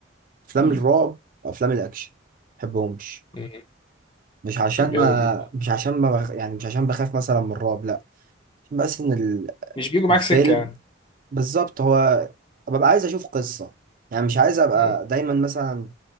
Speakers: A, on the right; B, on the left.
A: افلام
B: مم.
A: الرعب وافلام الاكشن بحبهمش
B: مم.
A: مش عشان
B: جامد
A: ما
B: جدا
A: مش عشان ما بخ... يعني مش عشان بخاف مثلا من الرعب لا عشان بس ان ال...
B: مش بيجوا معاك
A: الفيلم
B: سكة يعني
A: بالظبط هو ببقى عايز اشوف قصة يعني مش عايز ابقى
B: مم.
A: دايما مثلا